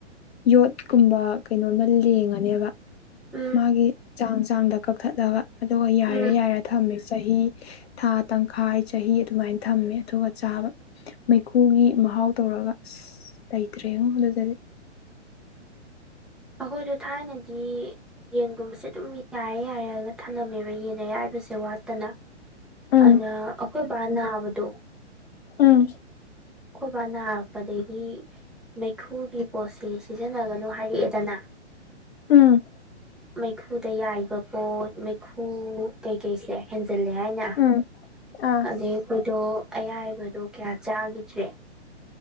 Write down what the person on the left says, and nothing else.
ꯌꯣꯠ ꯀꯨꯝꯕ ꯀꯩꯅꯣꯝꯅ ꯂꯦꯡꯉꯅꯦꯕ
ꯃꯥꯒꯤ ꯆꯥꯡ ꯆꯥꯡꯗ ꯀꯛꯊꯠꯂꯒ ꯑꯗꯨꯒ ꯌꯥꯏꯔꯦ
ꯌꯥꯏꯔꯦ ꯊꯝꯃꯦ ꯆꯍꯤ ꯊꯥ ꯇꯪꯈꯥꯏ ꯆꯍꯤ ꯑꯗꯨꯃꯥꯏꯅ ꯊꯝꯃꯦ ꯑꯗꯨꯒ ꯆꯥꯕ ꯃꯩꯈꯨꯒꯤ ꯃꯍꯥꯎ ꯇꯧꯔ ꯇꯒ ꯂꯩꯇ꯭ꯔꯦ ꯌꯦꯉꯣ ꯑꯗꯨꯗꯗꯤ
ꯎꯝ
ꯎꯝ
ꯎꯝ
ꯎꯝ ꯑꯥ